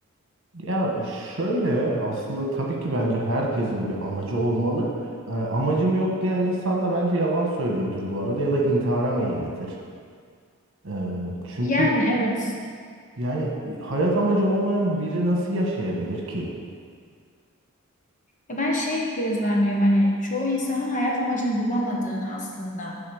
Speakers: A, on the right; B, on the left.
A: Ya şöyle aslında tabii ki bence herkesin bir amacı olmalı. Ee, amacım yok diyen insan da bence yalan söylüyordur bu arada ya da intihara meyillidir. Ee, çünkü
B: Yani evet.
A: yani hayat amacı olmayan biri nasıl yaşayabilir ki?
B: Ya Ben şey gözlemliyorum hani çoğu insanın hayat amacını bulamadığını aslında.